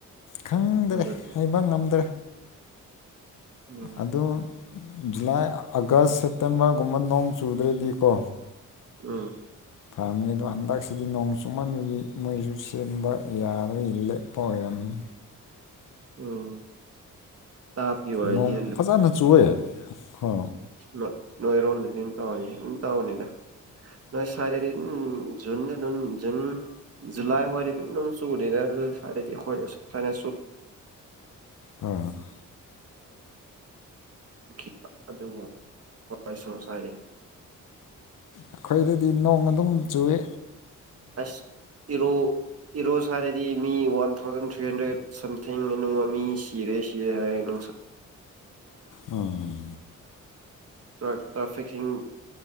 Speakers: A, on the left; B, on the right.
A: ꯈꯪꯗ꯭ꯔꯦ
B: ꯊꯥꯖꯗꯦ
A: ꯍꯩꯕ ꯉꯝꯗ꯭ꯔꯦ
B: ꯎꯝ
A: ꯑꯗꯨ ꯖꯨꯂꯥꯏ ꯑꯥꯒꯁ ꯁꯦꯞꯇꯦꯝꯕꯔꯒꯨꯝꯕ ꯅꯣꯡ ꯆꯨꯗ꯭ꯔꯗꯤꯀꯣ
B: ꯎꯝ
A: ꯐꯔꯝꯃꯤ ꯑꯗꯣ ꯍꯟꯗꯛꯁꯤꯗꯤ ꯅꯣꯡ ꯆꯨꯃꯟꯕꯒꯤ ꯃꯣꯏꯁꯨ ꯁꯦꯝꯕ ꯌꯥꯔꯣꯏ ꯂꯦꯞꯄ ꯑꯣꯏꯔꯝꯃꯤ
B: ꯎꯝ ꯇꯥꯞꯀꯤ ꯑꯣꯏꯔꯗꯤ
A: ꯅꯣꯡ ꯐꯖꯅ ꯆꯨꯑꯦ ꯍꯣ
B: ꯅ ꯅꯣꯏꯔꯣꯟꯗꯗꯤꯝ ꯇꯧꯕꯅꯤ ꯑꯗꯨꯝ ꯇꯧꯕꯅꯤꯗ ꯅꯣꯏ ꯁꯥꯏꯗꯗꯤ ꯑꯗꯨꯝ ꯖꯨꯟ ꯑꯗꯨꯝ ꯖꯨꯟ ꯖꯨꯂꯥꯏ ꯍꯣꯏꯗꯤ ꯑꯗꯨꯝ ꯅꯣꯡ ꯆꯨꯗꯦꯗ ꯑꯗꯨꯅ ꯁꯋꯥꯏꯗꯗꯤ ꯑꯩꯈꯣꯏ ꯐꯥꯏꯅꯦ
A: ꯍꯣꯏ
B: <unintelligible> ꯑꯗꯨꯕꯨ ꯋꯥꯏ ꯁꯣꯁ ꯍꯥꯏꯔꯤ
A: ꯑꯩꯈꯣꯏꯗꯗꯤ ꯅꯣꯡ ꯑꯗꯨꯝ ꯆꯨꯏ
B: ꯑꯁ ꯏꯔꯣ ꯏꯔꯣ ꯁꯥꯔꯗꯤ ꯃꯤ ꯋꯥꯟ ꯊꯥꯎꯖꯟ ꯊ꯭ꯔꯤ ꯍꯟꯗ꯭ꯔꯦꯠ ꯁꯝꯊꯤꯡꯅꯨꯡ ꯃꯃꯤ ꯁꯤꯔꯦ ꯁꯤꯔꯦ ꯍꯥꯏ ꯅꯨꯡꯁꯥ
A: ꯎꯝ
B: ꯇ꯭ꯔꯥ ꯇ꯭ꯔꯥꯐꯤꯛꯁꯤꯡ